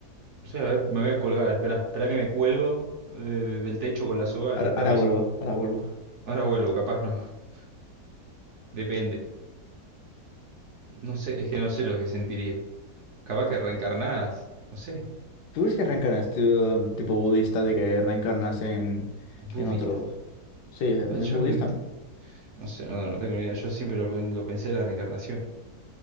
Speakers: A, on the right; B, on the left.
A: O sea, a ver, me voy a colgar. Espera, espera que me cuelgo de- de- del techo con la soga
B: Ahora,
A: y te
B: ahora
A: aviso.
B: vuelvo, ahora vuelvo.
A: Ahora vuelvo, capaz no. <laughs> Depende. No sé, es que no sé lo que sentiría. Capaz que reencarnadas. No sé.
B: ¿Tú ves que reencarnas, tú, um, tipo budista, de que reencarnas en,
A: Budista,
B: en otro?
A: tío.
B: Sí,
A: Ay,
B: no
A: yo
B: es budista,
A: no,
B: ¿no?
A: no sé, no, no tengo ni idea. Yo siempre lo, lo pensé de la reencarnación.